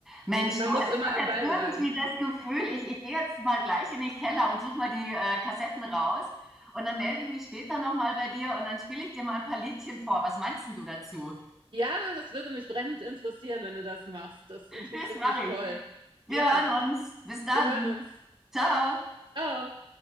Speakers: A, in the centre; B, on the right (about 50°).
A: Mensch,
B: Hm, Man
A: du,
B: muss
A: also
B: immer
A: ich habe
B: am
A: jetzt
B: Ball
A: irgendwie
B: bleiben.
A: das Gefühl, ich, ich gehe jetzt mal gleich in den Keller und suche mal die äh, Kassetten raus. Und dann melde ich mich später nochmal bei dir und dann spiele ich dir mal ein paar Liedchen vor. Was meinst denn du dazu?
B: Ja, das würde mich brennend interessieren, wenn du das machst. Das interessiert
A: Das mache
B: mich
A: ich.
B: voll.
A: Wir
B: Ja,
A: hören uns. Bis dann.
B: wir hören uns.
A: Ciao.
B: Ciao.